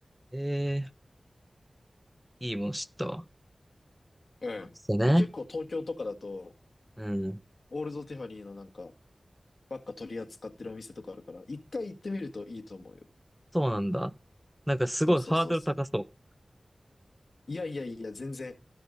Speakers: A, in the centre; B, on the left (about 70°).
A: ー、えー、いいもの知ったわ。
B: う
A: あ、そうね。
B: ん。結構東京とかだと、
A: うん。
B: オールドティファニーのなんか、ばっか取り扱ってるお店とかあるから、一回行ってみるといいと思うよ。
A: そうなんだ。なんかすごいハードル高そ
B: そうそうそうそう。いやいやいや、全然。